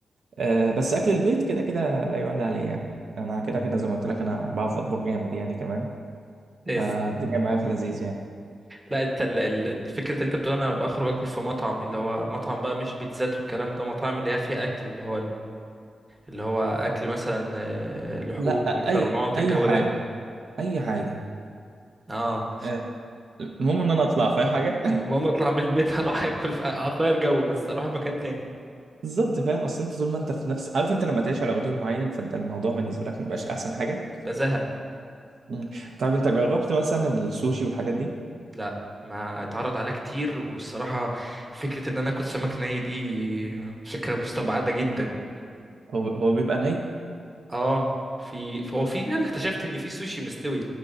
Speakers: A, on the right; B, on the right.
A: أه بس اكل البيت كده كده لا يعلى عليه يعني انا كده كده زي ما قلت لك انا بعرف اطبخ جامد يعني كمان
B: لازم
A: فالدنيا معايا في لذيذ يعني
B: لا انت ال- ال- الفكره انت بتقول انا بخرج اكل في مطعم اللي هو مطعم بقى مش بيتزات والكلام ده مطاعم اللي هي فيها اكل اللي هو اللي هو اكل مثلا آه، لحوم
A: لا
B: مكرونات
A: اي اي
B: الجو
A: حاجه
B: ده
A: اي حاجه
B: اه
A: أه المهم ان انا اطلع فاهم حاجه <laughs>
B: المهم اطلع من البيت <laughs> اروح اكل في اغير جو بس اروح مكان تاني
A: بالظبط فاهم اصل انت طول ما انت في نفس عارف انت لما تعيش على روتين معين فانت الموضوع بالنسبه لك مبيبقاش احسن حاجه
B: بزهق
A: مم. طيب انت جربت مثلا السوشي والحاجات دي
B: لا ما اتعرض عليها كتير والصراحة فكرة ان انا اكل سمك ني دي فكرة مستبعدة جدا
A: هو هو بيبقى ني
B: اه في فهو في انا اكتشفت ان في سوشي مستوي